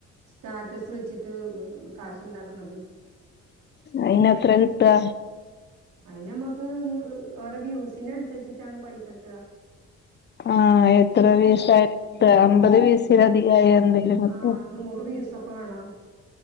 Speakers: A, on the right; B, on the left.
A: സ്റ്റാറ്റസ് വെച്ചിട്ട് ഉം കാശ്ണ്ടാക്കണത്.
B: അയിനെത്രാ കിട്ടാ
A: അയിന് നമ്മക്ക് <unintelligible> ഓരോ വ്യൂസിന് അനുസരിച്ചിട്ടാണ്. പൈസ കിട്ടാ.
B: ആഹ് എത്ര വ്യൂസാ
A: ആഹ്
B: കിട്ടാ അമ്പത് വ്യൂസായഎന്തേം കിട്ടോ?
A: ആഹ് നൂറ് വ്യൂസൊക്കെ വേണോ?